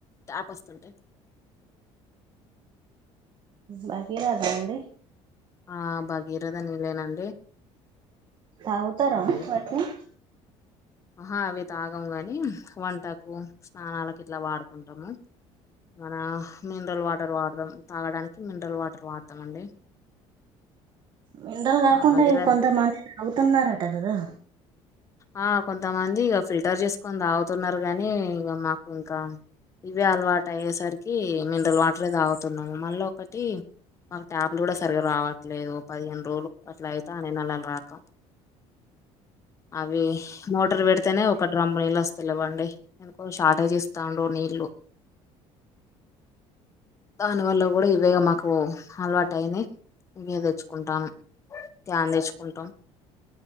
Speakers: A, on the left (about 25°); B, on the right (about 45°).
A: ట్యాప్ వస్తుంటె
B: భగీరథా అండి
A: ఆ భగీరద నీల్లేనం
B: తాగుతారా
A: అదే
B: వాట్ని
A: ఆహా అవి తాగం గాని వంటకు స్నానాలకు ఇట్లా వాడుకుంటము మన మినరల్ వాటర్ వాడదాం తాగడానికి మినరల్ వాటర్ వాడతమండి
B: మినరల్ కాకుండా
A: భగీర
B: ఇవి కొంతమంది తాగుతున్నరట కదా
A: ఆ కొంతమంది ఇగ ఫిల్టర్ చేసుకొని తాగుతున్నరు గనీ ఇంగ మాకు ఇంకా ఇవె అలవాటయ్యేసరికి మినరల్ వాటరే తాగుతున్నాము మళ్ళఒకటి మాకు ట్యాప్లు గూడ సరిగా రావట్లేదు పదిహేను రోజులు అట్లయితానయ్ నళ్ళలు రాక అవీ మోటర్ పెడతనే ఒక డ్రంము నీళ్ళు వస్తలేవండి ఎందుకో షార్టేజ్ ఇస్తాండు నీళ్ళు దాని వల్ల గూడా ఇవ్వేగా మాకు అలవాటు అయినయ్ ఇయ్యే తెచ్చుకుంటానమ్ క్యాన్ తెచ్చుకుంటాం